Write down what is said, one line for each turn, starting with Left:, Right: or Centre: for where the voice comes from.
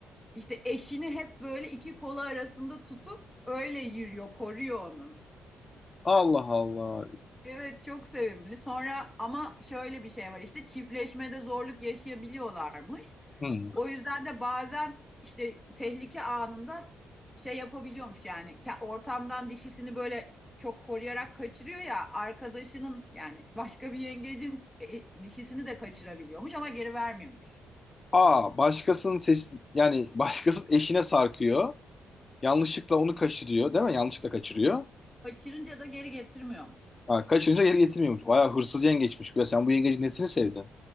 Centre: işte eşini hep böyle iki kolu arasında tutup öyle yürüyor, koruyor onu.
Left: Allah Allah.
Centre: Evet çok sevimli. Sonra ama şöyle bir şey var işte çiftleşmede zorluk yaşayabiliyorlarmış.
Left: Hmm.
Centre: O yüzden de bazen işte tehlike anında şey yapabiliyormuş yani Ke- ortamdan dişisini böyle çok koruyarak kaçırıyor ya arkadaşının yani başka bir yengecin e, dişisini de kaçırabiliyormuş ama geri vermiyormuş.
Left: Aa, başkasının ses yani başkasının eşine sarkıyor. Yanlışlıkla onu kaçırıyor, değil mi? Yanlışlıkla kaçırıyor.
Centre: Kaçırınca da geri getirmiyormuş.
Left: Ha, kaçırınca geri getirmiyormuş. Bayağı hırsız yengeçmiş. Ya sen bu yengecin nesini sevdin?